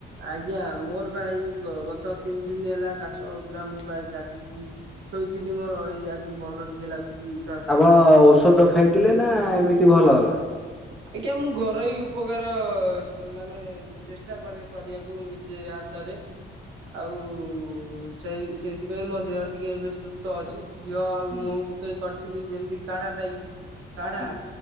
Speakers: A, on the right; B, in the centre.
A: ଆଜ୍ଞା, ମୋର ବା ଏଇ ଗତ ତିନି ଦିନ ହେଲା କାଶ ହଉଥିଲା ମୁଁ ବା ଜାକିକି <unintelligible> ଆଜି ଭଲ ଟିକେ ଲାଗୁଛି ସ୍ୱାସ୍ଥ୍ୟ
B: ଆପଣ ଔଷଧ ଖାଇଥିଲେ ନା ଏମିତି ଭଲ ହେଲା।
A: ଆଜ୍ଞା, ମୁଁ ଘରୋଇ ଉପକାର ମାନେ ଚେଷ୍ଟା କରେ କରିବାକୁ ନିଜେ ହାତରେ। ଆଉ ସେଇ ସେଇଥିପାଇଁ ମୋ ଦେହ ଟିକେ ଏବେ ସୁସ୍ଥ ଅଛି। ଘିଅ ଆଉ
B: ହୁଁ
A: ମହୁ ପକେଇ କରିଥିଲି, ଯେମିତି କାଢାଟାଇ କାଢା
B: ହୁଁ